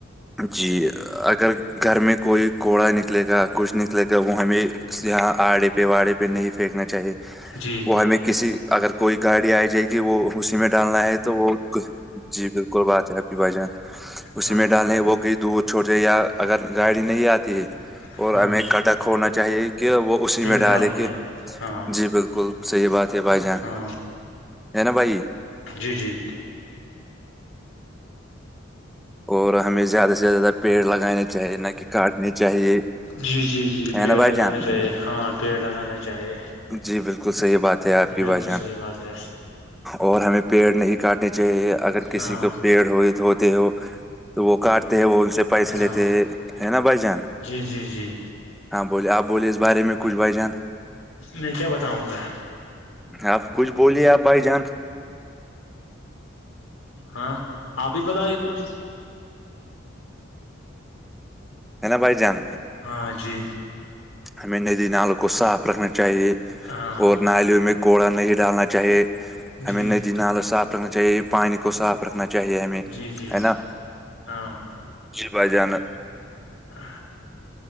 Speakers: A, in the centre; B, on the left (about 85°).
A: جی اگر گھر میں کوئی کوڑا نکلے گا کچھ نکلے گا وہ ہمیں یہاں آڑے پہ واڑے پہ نہیں پھینکنا چاہیے
B: جی
A: ہم کسی اگر کوئی گاڑی آ جائے گی وہ اسی میں ڈالنا ہے تو وہ جی بالکل بات ہے آپ کی بھ جان اسی
B: ہاں
A: میں ڈالنے وہکئی دودھ چھوٹ جائے یا اگر گاڑی نہیں آتی ہے
B: ہاں
A: اور
B: ہاں
A: ہمیں کٹا کھوڑنا چاہیے کہ وہ اسی میں
B: ڈالنی
A: ڈالے کے
B: ہے ہاں
A: جی بالکل صحیح بات ہے بھائی جان
B: ہاں
A: ہے نا بھائی
B: جی جی
A: اور ہمیں زیادہ سے زیادہ پیڑ لگانے چاہیے نہ کہ کاٹنے چاہیے
B: جی جی جی
A: ہے
B: پیڑ
A: نا بھائی
B: لگانا
A: جان
B: چاہیے ہاں پیڑ لگانا چاہیے
A: جی بالکل صحیح بات ہے آپ
B: یہ
A: کی
B: بالکل
A: بھائی جان
B: صحیح بات ہے
A: اور ہمیں پیڑ نہیں کاٹنے چاہیے اگر کسی
B: ہاں
A: کو پیڑ ہو دھوتے ہو تو وہ کاٹتے ہیں وہ ان سے پیسے
B: ہاں
A: لیتے ہے نا بھائی جان
B: جی جی جی
A: ہاں بولے آپ بولے اس بارے میں کچھ بجن
B: میں کیا بتاؤں گا
A: آپ کچھ بولیے آپ بھائی جان
B: ہاں آپ ہی بتائیے کچھ
A: بائی جان
B: ہاں جی
A: ہمیں ندی نالوں کو صاف رکھنا چاہیے
B: ہاں
A: اور نالیوں میں کوڑا نہیں ڈالنا چاہیے ہمیں
B: جی
A: ندی نالے صاف رکھنا چاہیے پانی کو صاف پکھنا چاہیے ہمیں
B: جی جی
A: ہے نا
B: ہاں
A: جی با جانا
B: ہ